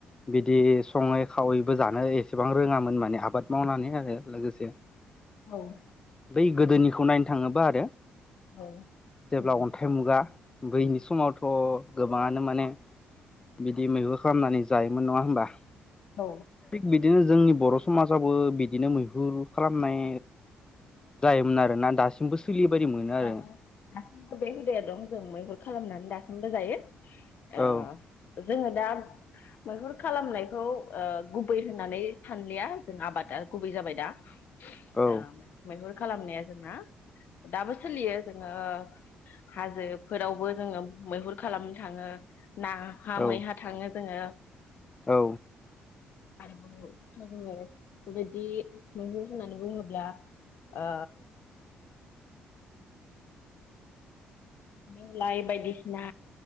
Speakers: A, on the left; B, on the left.
A: बिदि सङै खावैबो जानो एसेबां रोङामोन माने आबाद मावनानै आरो लोगोसे
B: औ
A: बै गोदोनिखौ नायनो थाङोबा आरो
B: औ
A: जेब्ला
B: औ औ
A: अन्थाइ मुगा बैनि समावथ' गोबाङानो माने बिदि मैगु खालामनानै जायोमोन नङा होमबा
B: औ
A: थिग बिदिनो जोंनि बर' समाजाबो बिदिनो मैहुर खालामनाय जायोमोन आरो ना दासिमबो सोलियो बायदि मोनो आरो
B: दाबो दासिमबो बे हुदाया थ दङो मैहुर खालामनानै दासिम बो जायो आ
A: औ
B: जोङो दा मैहुर खालामनायखौ ओ गुबै होननानै सानलिया जों आबादा गुबै जाबाय दा
A: औ
B: आ मैहुर खालामनाया जोंना दाबो सोलियो जोङो हा जो फोरावबो जोङो मैहुर खालामनो थाङो नाहा
A: औ
B: मैहा थाङो जोङो
A: औ
B: आरोबाव जोङो बेबायदि मैहर होननानै बुङोब्ला ओ नेवलाय बायदिसिना